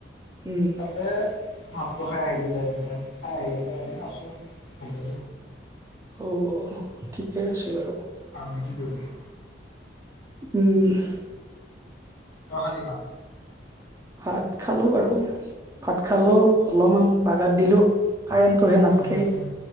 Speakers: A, on the right; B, on the left.
A: উম
B: দে ভাতটো খাই আহিলো যেন তেন খাই আহি এতিয়া এনেই আছোঁ শুমে
A: অ ঠিকে আছে বাৰু।
B: আৰু নো কি কৰিবি।
A: উম
B: তই খালি ভাত?
A: ভাত খালো বাৰু, ভাত খালো অলপমান বাগৰ দিলো। কাৰেণ্টটোহে নাথকেই
B: উম উম